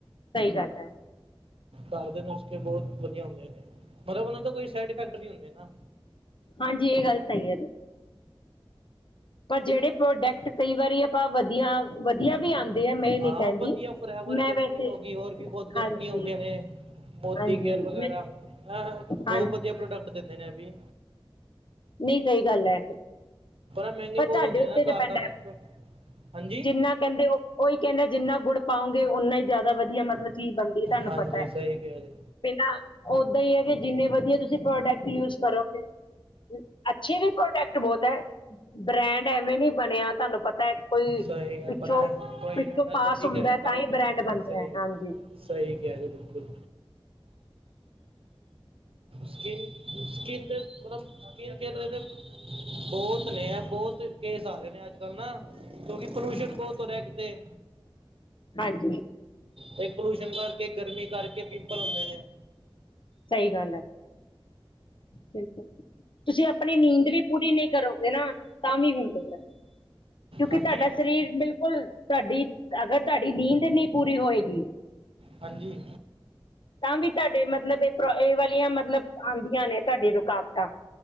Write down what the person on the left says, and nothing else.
ਸਹੀ ਗੱਲ ਹੈ।
ਹਾਂਜੀ ਇਹ ਗੱਲ ਸਹੀ ਹੈ ਪਰ ਜਿਹੜੇ ਪ੍ਰੋਡਕਟ ਕਈ ਵਾਰੀ ਆਪਾਂ ਵਧੀਆ ਵਧੀਆ ਵੀ ਆਉਂਦੇ ਆ ਮੈਂ ਇਹ ਨੀ
ਕਹਿੰਦੀ
ਮੈਂ
ਵੈਸੇ।
ਹਾਂਜੀ
ਹਾਂਜੀ
ਮੈਂ
ਹਾਂਜੀ
ਨਹੀਂ ਸਹੀ ਗੱਲ ਹੈ।
ਪਰ ਤੁਹਾਡੇ
ਉੱਤੇ
ਡਿਪੈਂਡ
ਹੈ
ਜਿੰਨਾ ਕਹਿੰਦੇ ਉਹ ਉਹੀ। ਕਹਿੰਦੇ ਜਿੰਨਾ ਗੁੜ ਪਾਉਂ। ਉਨਾ ਹੀ ਜ਼ਿਆਦਾ ਵਧੀਆ ਮਤਲਬ ਚੀਜ਼ ਬਣਦੀ ਹੈ ਤੁਹਾਨੂੰ
ਪਤਾ ਹੈ
ਤੇ ਨਾਂ ਓਦਾਂ ਹੀ ਹੈ ਕਿ ਜਿੰਨੇ ਵਧੀਆ ਤੁਸੀਂ ਪ੍ਰੋਡੇਕਟ ਯੂਜ਼ ਕਰੋਗੇ। ਅੱਛੇ ਵੀ ਪ੍ਰੋਡਕਟ ਬਹੁਤ ਹੈ ਬ੍ਰੈਂਡ ਐਵੇਂ ਨੀ ਬਣਿਆ ਤੁਹਾਨੂੰ ਪਤਾ। ਕੋਈ
ਪਿੱਛੋਂ
ਪਿੱਛੋਂ
ਪਾਸ
ਹੁੰਦਾ ਤਾਂ ਹੀ
ਬ੍ਰੈਂਡ
ਬਣਦਾ
ਹੈ ਹਾਂਜੀ।
<inaudible>
ਹਾਂਜੀ
ਸਹੀ ਗੱਲ ਹੈ। ਬਿਲਕੁਲ ਤੁਸੀਂ ਆਪਣੀ ਨੀਂਦ ਵੀ ਪੂਰੀ ਨਹੀਂ ਕਰੋਗੇ ਨਾ ਤਾਂ ਵੀ ਹੁੰਦੇ ਆ। ਕਿਉਂਕਿ
ਤੁਹਾਡਾ ਸ਼ਰੀਰ ਬਿਲਕੁਲ ਤੁਹਾਡੀ ਅਗਰ ਤੁਹਾਡੀ ਨੀਂਦ ਨਹੀਂ। ਪੂਰੀ ਹੋਏਗੀ
ਤਾਂ ਵੀ ਤੁਹਾਡੇ ਮਤਲਬ ਇਹ। ਇਹ ਵਾਲੀਆਂ ਮਤਲਬ ਆਉਂਦੀਆਂ ਨੇ ਤੁਹਾਡੇ ਰੁਕਾਵਟਾਂ